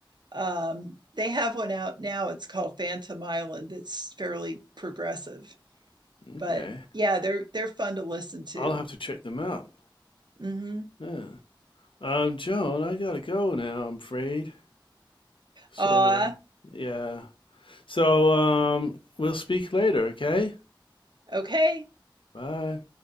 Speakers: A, on the right; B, on the left.
A: um, they have one out now it's called phantom island it's fairly progressive
B: okay.
A: but yeah, they're they're fun to listen to.
B: I'll have to check them out.
A: Mm-hmm.
B: Yeah. Um, Joan, I gotta go now, I'm afraid. So,
A: Uh,
B: yeah. So, um, we'll speak later, okay?
A: okay.
B: Bye.